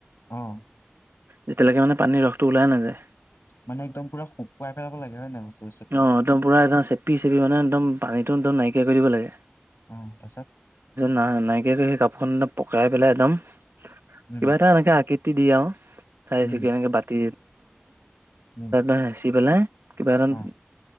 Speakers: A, on the left; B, on the right.
A: অ'।
B: যেতিয়ালৈকে মানে পানীৰ ৰসটো ওলাই নাযায়।
A: মানে একদম পুৰা শুকুৱাই পেলাব লাগে হয় নাই বস্তুটো চেপি পেলাই
B: অ একদম পুৰা একদম চেপি-চেপি মানে একদম পানীতো একদম নাইকিয়া কৰি দিব লাগে।
A: অ তাৰপিছত
B: না- নাইকিয়া কৰি সেই কাপোৰখন পকাই পেলাই একদম,
A: উম
B: কিবা এটা এনেকে আকৃতি দিয আৰু চাৰিচুকিয়া
A: উম,
B: এনেকে বাতি
A: উম,
B: <unintelligible> হেচি পেলাই কিবা এদান
A: অ',